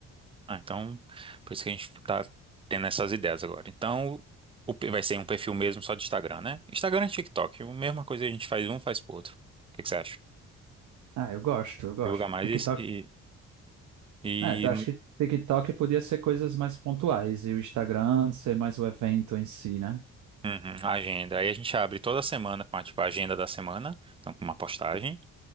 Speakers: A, on the right (about 20°); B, on the right (about 75°).
A: Ah, então, por isso que a gente tá tendo essas ideias agora. Então, o, pe- vai ser um perfil mesmo só de Instagram, né? Instagram e TikTok, a mesma coisa a gente faz um, faz pro outro. O que que você acha?
B: Ah, eu gosto, eu gosto.
A: Divulgar mais
B: TikTok.
A: e, e,
B: É, eu
A: e
B: acho que TikTok podia ser coisas mais pontuais e o Instagram ser mais o evento em si, né?
A: Uhum, a agenda. Aí a gente abre toda semana com a, tipo, a agenda da semana, então com uma postagem.